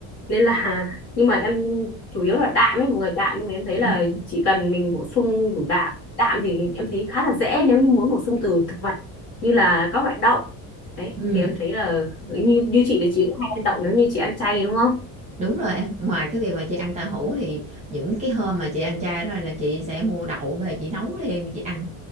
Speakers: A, on the left; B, on the right.
A: nên là <laughs> nhưng mà em chủ yếu là đạm ấy mọi người đạm nhưng mà em thấy
B: ừm,
A: là chỉ cần mình bổ sung đủ đạm đạm thì em thấy khá là dễ nếu như muốn bổ sung từ thực vật như là các loại đậu đấy
B: ừm,
A: thì em thấy là như như chị là chị cũng hay ăn đậu nếu như chị ăn chay đúng không
B: đúng rồi em. Ngoài cái việc mà chị ăn tàu hũ thì những cái hôm mà chị ăn chay rồi là chị sẽ mua đậu về chị nấu thêm chị ăn.